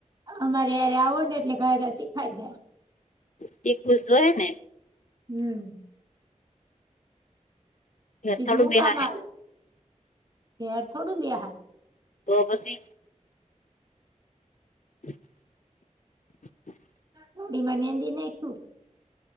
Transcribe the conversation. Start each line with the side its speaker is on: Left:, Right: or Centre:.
Right: અમારે હારે આવો ને એટલે ઘાઘરા શીખાય જાય.
Left: શીખવું તો જોઈએ ને.
Right: હમ્મ.
Left: ઘેર
Right: બીજું
Left: થોડું
Right: હું
Left: બેહાય
Right: કામ આયુ ઘેર થોડું બેહાય?
Left: તો પછી? <inaudible>
Right: <unintelligible>